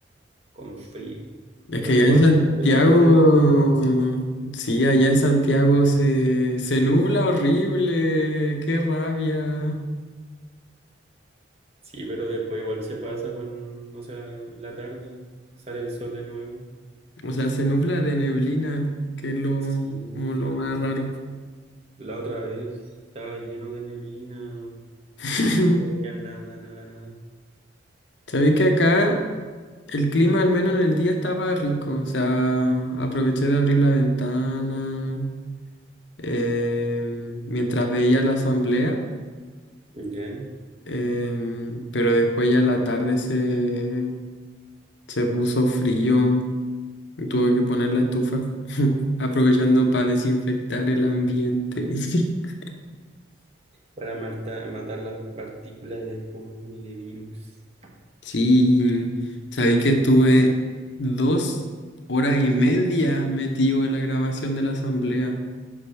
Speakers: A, on the right (about 35°); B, on the left (about 70°).
A: con frío,
B: Es que
A: pero
B: allá
A: igual
B: en Santiago,
A: durante la tarde,
B: sí, allá en Santiago se, se nubla horrible, qué rabia.
A: sí, pero después igual se pasa con, o sea, en la tarde sale el sol de nuevo.
B: O sea, se nubla de neblina, que es lo,
A: Sí,
B: como lo más raro.
A: la otra vez estaba lleno de neblina,
B: <laughs>
A: no se veía nada, nada, nada.
B: Sabéis que acá el clima, al menos en el día, estaba rico. O sea, aproveché de abrir la ventana eh, mientras veía la asamblea.
A: ¿Ya?
B: Em, pero después ya la tarde se, se puso frío y tuve que poner la estufa, <laughs> aprovechando para desinfectar el ambiente. <laughs>
A: para marta- matar las partículas de polvo y de virus.
B: Sí, sabí que estuve dos horas y media metido en la grabación de la asamblea,